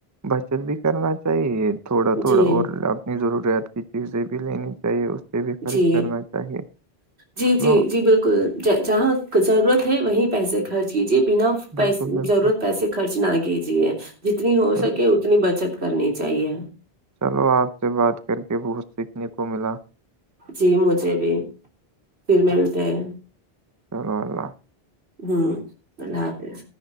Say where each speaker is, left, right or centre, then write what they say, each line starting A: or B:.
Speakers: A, on the right; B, on the right.
A: بچت بھی کرنا چاہیے تھوڑا
B: جی
A: تھوڑا اور اپنی ضروریات کی چیزیں بھی لینی چاہیے اس پہ بھی خرچ
B: جی
A: کرنا چاہیے
B: جی
A: چلو
B: جی جی بل کل ج جہاں ضرورت ہے وہیں پیسے خرچ کیجیے بنا پے
A: بالکل بالکل
B: ضرورت پیسے کے خرچ نہ کیجیے جتنی ہو
A: بالکل
B: سکے اتنی بچت کرنی چاہیے
A: چلو آپ سے بات کرکے بہت سیکھنے کو ملا
B: جی مجھے بھی پھر ملتے ہیں
A: چلو اللہ
B: ہوں اللہ حافظ